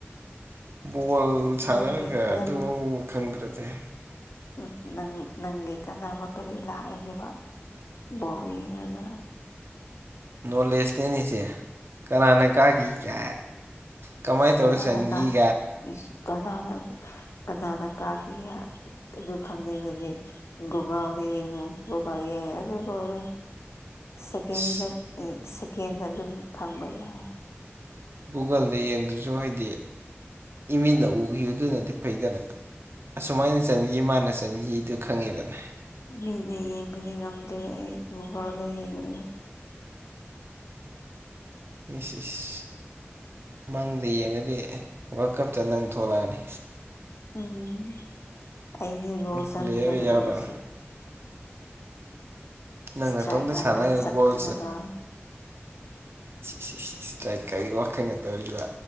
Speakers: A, on the right; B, on the left.
A: ꯕꯣꯜ ꯁꯥꯟꯅꯔꯒ
B: ꯅꯪꯒꯤ ꯅꯪ
A: ꯑꯗꯨ ꯈꯪꯗ꯭ꯔꯗꯤ
B: ꯎ ꯅꯪ ꯅꯪꯒꯤ ꯀꯥꯟꯅꯕ ꯀꯔꯤ ꯂꯥꯛꯑꯒꯕ ꯣ ꯍꯥꯏꯒ
A: ꯅꯣꯂꯦꯖꯅꯦꯅꯤꯁꯦ ꯀꯅꯥꯅ ꯀꯥꯈꯤꯒꯦ ꯀꯃꯥꯏ
B: ꯏꯁ
A: ꯇꯧꯔ
B: ꯀꯅꯥꯅ
A: ꯁꯟꯒꯥꯏ
B: ꯀꯥ ꯏꯁ ꯀꯅꯥꯅ ꯀꯅꯥꯅ ꯀꯥꯈꯤ ꯑꯗꯨ ꯈꯪꯅꯤꯡꯕꯅꯤ ꯒꯥꯔꯤ ꯒꯥꯔꯤ ꯑꯦꯗꯤ ꯀꯣꯦ ꯁꯦꯀꯦꯟ
A: ꯏꯁ
B: ꯃꯤꯅꯠ ꯁꯦꯀꯦꯟꯗ ꯑꯗꯨꯝ ꯈꯪꯕ ꯌꯥꯏ
A: ꯒꯨꯒꯜꯗ ꯌꯦꯡꯗ꯭ꯔꯁꯨ ꯍꯥꯏꯗꯤ ꯏꯃꯤꯗ ꯎꯈꯤꯕ ꯑꯗꯨꯅꯗꯤ ꯐꯩꯗꯅ ꯑꯁꯨꯃꯥꯏꯅ ꯆꯟꯈꯤ ꯃꯥꯅ ꯆꯟꯈꯤꯗꯨ ꯈꯪꯉꯤꯗꯅ
B: ꯃꯤꯅ ꯌꯦꯡꯕꯗꯤ ꯉꯝꯗ꯭ꯔꯦ ꯑꯩ ꯌꯣꯒꯥꯗ ꯌꯦꯡꯒꯦ
A: ꯃꯤꯁꯁ ꯃꯪꯗꯤ ꯌꯦꯡꯉꯗꯤ ꯋꯥꯔꯜ ꯀꯞꯇ ꯅꯪ ꯊꯣꯛꯂꯛꯑꯅꯤ
B: ꯎꯝ ꯑꯩꯗꯤ ꯒꯣꯜ ꯆꯪꯒꯗꯕꯗꯣ
A: ꯄ꯭ꯂꯦꯌꯔ ꯌꯥꯎꯔꯔꯣꯏ
B: ꯉ
A: ꯅꯪ
B: ꯏꯁꯇ꯭ꯔꯥꯏ
A: ꯅꯇꯣꯝꯇ
B: ꯀꯥꯔꯒ
A: ꯁꯥꯟꯅꯔꯒ
B: ꯆꯠꯀꯗꯒ
A: ꯒꯣꯜ ꯁꯤ ꯁꯤ ꯇꯥꯏ ꯀꯔꯤ ꯋꯥꯈꯜꯒ ꯇꯧꯔꯤꯕ